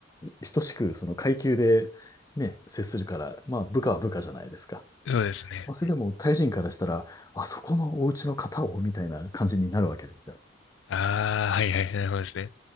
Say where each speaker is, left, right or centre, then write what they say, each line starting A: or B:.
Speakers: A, on the left; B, on the left.
A: ひ等しくその階級でね、接するから、まあ部下は部下じゃないですか。
B: そうですね。
A: まあ、それでもタイ人からしたら、あそこのお家の方をみたいな感じになるわけですよ。
B: ああ、はいはい、なるほどですね。